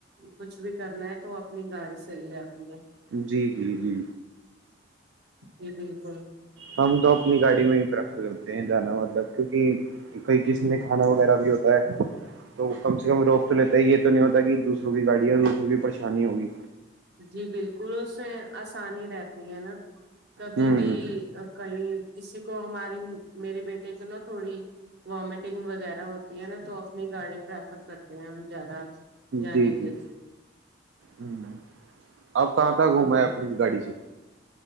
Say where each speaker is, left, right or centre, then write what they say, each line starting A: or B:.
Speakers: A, on the right (about 55°); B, on the right (about 70°).
A: کچھ بھی کرنا ہے تو اپنی گاڑ صحیح رہتی ہے
B: جی جی جی
A: جی بالکل
B: ہم تو اپنی گاڑی میں ہی پریفر کرتے ہیں جانا مطلب کیونکہ کئی کسی نے کھانا وغیرہ بھی ہوتا ہے تو کم سے کم روک تو لیتے ہے یہ تو نہیں ہوتا ہے کہ دوسروں کی گاڑی اور دوسروں کی پریشانی ہوگی
A: جی بالکل اس میں آسانی رہتی ہے ناں کبھی
B: ہوں
A: بھی کہیں کسی کو ہمارے میرے بیٹے کے نا تھوڑی وامٹنگ وغیرہ ہوتی ہے ناں تو اپنی گاڑی پریفر کرتے ہیں ہم زیادہ جانے
B: جی
A: کے
B: جی
A: لیے
B: ہوں اپ کہاں کہاں گھوم
A: تو
B: آئے اپنی گاڑی سے